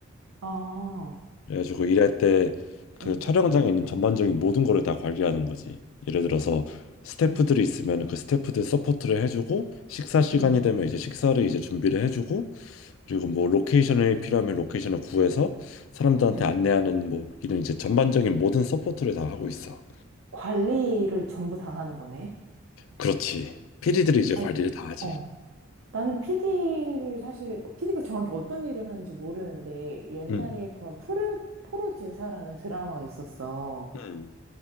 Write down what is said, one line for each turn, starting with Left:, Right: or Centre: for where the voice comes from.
Right: 아,
Left: 그래가지고 일할 때 그
Right: 응,
Left: 촬영장에 있는 전반적인 모든 거를 다 관리하는 거지. 예를 들어서 스태프들이
Right: 응,
Left: 있으면 그 스태프들 서포트를 해주고 식사 시간이
Right: 응,
Left: 되면 이제 식사를 이제 준비를 해주고 그리고 뭐 로케이션이 필요하면 로케이션을 구해서 사람들한테
Right: 응.
Left: 안내하는 뭐 이런 이제 전반적인 모든 서포트를 다 하고 있어.
Right: 관리를 전부 다 하는 거네.
Left: 그렇지. PD들이 이제
Right: 아니,
Left: 관리를 다 하지.
Right: 어. 나는 PD를 사실, PD가 정확히 어떤 일을 하는지 모르는데, 옛날에
Left: 음,
Right: 그런 프로 프로지사라는 드라마가 있었어.
Left: 음,